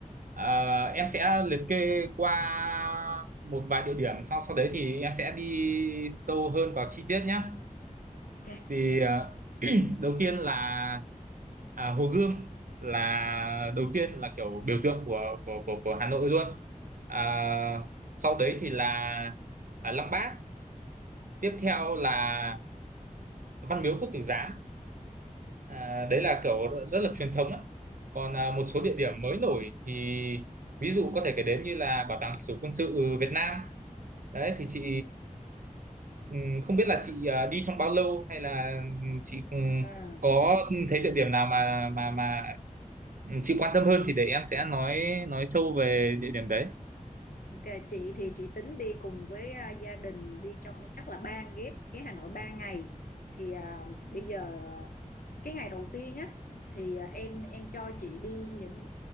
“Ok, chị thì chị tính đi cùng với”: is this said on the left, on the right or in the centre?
Left